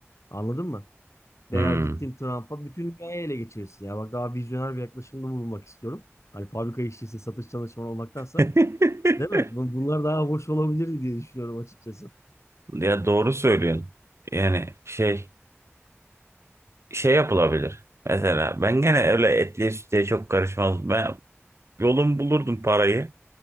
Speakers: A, on the left; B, on the right.
A: Anladın mı? Veya
B: hmm.
A: gittin Trump'a bütün dünyayı ele geçirirsin. Ya bak daha vizyoner bir yaklaşımda bulunmak istiyorum. Hani fabrika işçisi, satış çalışanı olmaktansa.
B: <laughs>
A: Değil mi? Bun- Bunlar daha hoş olabilirdi diye düşünüyorum açıkçası.
B: Ya doğru söylüyorsun. Yani şey şey yapılabilir. Mesela ben gene öyle etliye sütlüye çok karışmaz. Ben yolum bulurdum parayı.